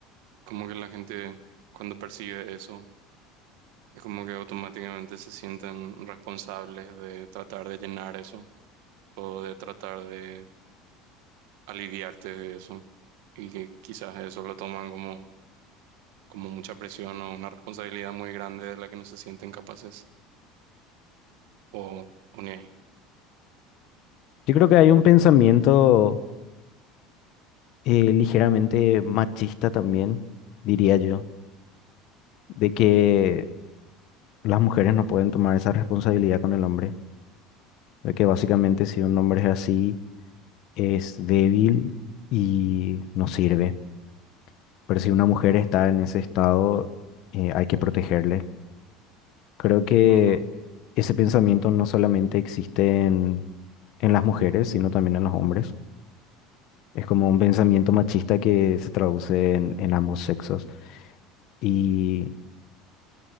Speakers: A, on the right (about 70°); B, on the left (about 45°).
A: como que la gente cuando percibe eso, es como que automáticamente se sienten responsables de tratar de llenar eso o de tratar de aliviarte de eso y que quizás eso lo toman como, como mucha presión o una responsabilidad muy grande de la que no se sienten capaces o, o ni ahí.
B: Yo creo que hay un pensamiento eh, ligeramente machista también, diría yo, de que las mujeres no pueden tomar esa responsabilidad con el hombre. de que básicamente si un hombre es así, es débil y no sirve. Pero si una mujer está en ese estado, eh, hay que protegerle. Creo que
A: Ujú.
B: ese pensamiento no solamente existe en, en las mujeres, sino también en los hombres. Es como un pensamiento machista que se traduce en, en ambos sexos. Y